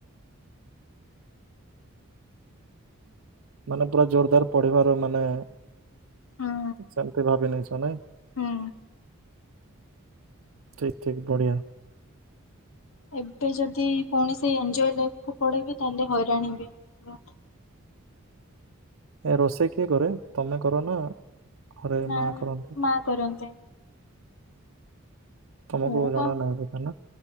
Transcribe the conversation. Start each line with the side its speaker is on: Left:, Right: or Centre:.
Right: ମାନେ ପୁରା ଜୋରଦାର ପଢିବାର ମାନେ
Left: ହୁଁ
Right: ସେମିତି ଭାବି ନେଇଛ ନାଇଁ।
Left: ହୁଁ।
Right: ଠିକ୍ ଠିକ୍ ବଢିଆ।
Left: ଏବେ ଯଦି ପୁଣି ସେଇ ଏନ୍ଜୟ ଲାଇଫକୁ ପଳେଇବି ତାହଲେ ହଇରାଣ ହେବି ପୁରା।
Right: ଏ ରୋଷେଇ କିଏ କରେ? ତମେ କର ନା ଘରେ
Left: ନାଁ
Right: ମା କରନ୍ତି
Left: ମାଆ କରନ୍ତି।
Right: ତମୁକୁ
Left: ମୁଁ
Right: ଜଣା
Left: କଣ
Right: ନାହିଁ <unintelligible> ନା?